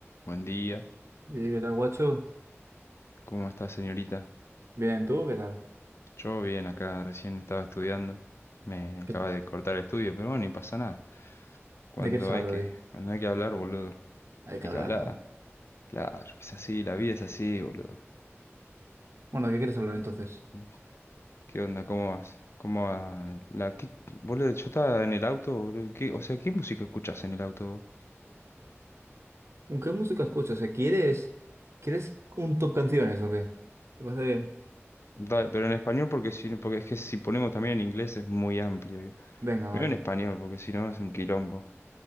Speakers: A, on the left; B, on the right.
A: Buen día,
B: ¿Y qué tal, guacho?
A: ¿cómo está señorita?
B: Bien, ¿tú qué tal?
A: Yo bien, acá recién estaba estudiando, me acaba
B: ¿Qué-
A: de cortar el estudio, pero bueno, ni pasa nada. Cuando
B: ¿De qué quieres hablar
A: hay que,
B: hoy?
A: cuando hay que hablar, boludo,
B: Hay
A: hay
B: que
A: que
B: hablar,
A: hablar,
B: ¿no?
A: claro, es así, la vida es así, boludo.
B: Bueno, ¿de qué quieres hablar entonces?
A: Mm, ¿Qué onda? ¿Cómo vas? ¿Cómo va? La, qué- boludo, yo estaba en el auto, boludo, ¿qué- o sea, ¿qué música escuchás en el auto?
B: ¿Con qué música escuchas? O sea, ¿quieres, quieres un top canciones o qué? ¿Te parece bien?
A: Dale, pero en español porque si, no, porque es que si ponemos también en inglés es muy amplio. eh.
B: Venga,
A: Primero
B: vale.
A: en español, porque si no es un quilombo.